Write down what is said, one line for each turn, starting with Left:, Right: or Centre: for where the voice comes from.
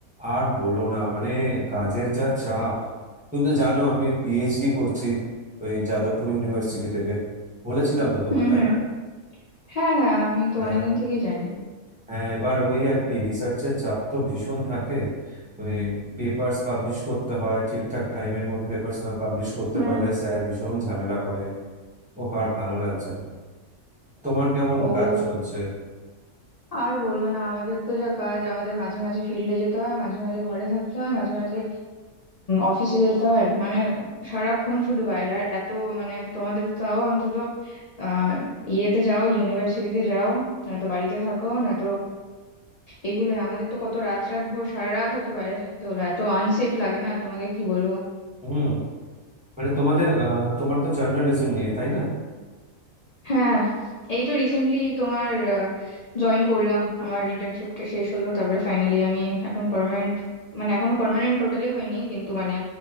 Centre: আর বলো না মানে কাজের যা চাপ তুমি তো জানো আমি পিএইচডি করছি ওই যাদবপুর ইউনিভার্সিটি থেকে বলেছিলাম তো তোমায়
Left: হুম
Centre: তাই
Left: হুম
Centre: না
Left: হ্যাঁ হ্যাঁ আমি তো
Centre: হ্যাঁ
Left: অনেকদিন থেকেই জানি
Centre: হ্যাঁ এবার ওই আর কি রিসার্চের চাপ তো ভীষণ থাকে ওই পেপার্স পাবলিশ করতে হয় ঠিকঠাক টাইমের মধ্যে পেপার্স না পাবলিশ করতে
Left: হুম
Centre: পারলে স্যার ভীষণ ঝামেলা করে ও আর ভালো লাগছে না তোমার কেমন
Left: ও
Centre: কাজ চলছে
Left: আর বলো না আমাদের তো যা কাজ আমাদের মাঝে মাঝে ফিল্ডে যেতে হয় মাঝে মাঝে ঘরে থাকতে হয় মাঝে মাঝে অফিসে যেতে হয় মানে সারাক্ষণ শুধু বাইরে আর এত মানে তোমাদের তো তাও অন্তত আহ ইয়েতে যাও ইউনিভার্সিটিতে যাও নয়তো বাড়িতে থাকো নয়তো এগুলোই আমাদের তো কত রাত রাত ভোর সারা রাত হয়তো বাইরে থাকতে হলো এত আনসেফ লাগে না তোমাকে কি বলবো
Centre: হুম মানে তোমাদের আহ, তোমার তো জার্নালিজম নিয়ে তাই না
Left: হ্যাঁ এই তো রিসেন্টলি তোমার জয়েন করলাম আমার ইন্টার্নশিপটা শেষ হলো তারপরে ফাইনালি আমি এখন পার্মানেন্ট মানে এখনো পার্মানেন্ট টোটালি হয়নি কিন্তু মানে